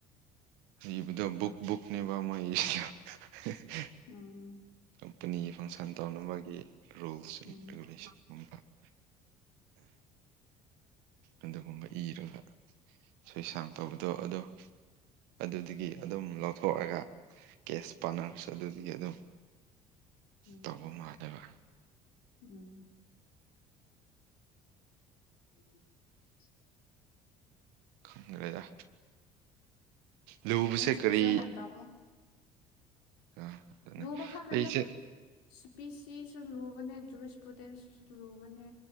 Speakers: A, on the right (about 65°); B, on the left (about 70°).
A: ꯏꯕꯗꯣ ꯕꯨꯛ ꯕꯨꯛꯅꯦꯕ ꯃꯣꯏ <unintelligible>
B: ꯎꯝ
A: ꯀꯝꯄꯅꯤ ꯐꯪꯁꯟ ꯇꯧꯅꯕꯒꯤ ꯔꯨꯜꯁ
B: ꯎꯝ
A: ꯑꯦꯟ <unintelligible> ꯑꯗꯨꯒꯨꯝꯕ ꯏꯔꯒ ꯁꯣꯏ ꯁꯥꯡ ꯇꯧꯕꯗꯣ ꯑꯗꯣ ꯑꯗꯨꯗꯒꯤ ꯑꯗꯨꯝ ꯂꯧꯊꯣꯛꯑꯒ ꯀꯦꯁ ꯄꯥꯔꯠꯅꯔꯁ ꯑꯗꯨꯗꯤ ꯑꯗꯨꯝ
B: ꯎꯝ
A: ꯇꯧꯕ ꯃꯥꯜꯂꯦꯕ
B: ꯎꯝ <unintelligible>
A: ꯈꯪꯈ꯭ꯔꯦꯗ ꯂꯨꯕꯁꯦ
B: ꯅꯪꯁꯨ
A: ꯀꯔꯤ
B: ꯐꯖꯅ ꯇꯝꯃꯣ
A: ꯑꯗꯨꯅꯦ
B: ꯂꯨꯕ ꯈꯛꯀꯅꯦ
A: ꯑꯩꯁꯦ
B: ꯁꯤꯄꯤ ꯁꯤꯁꯨ ꯂꯨꯕꯅꯦ ꯖꯨꯏꯁ ꯄ꯭ꯔꯣꯗꯦꯟꯁꯤꯁꯨ ꯂꯨꯕꯅꯦ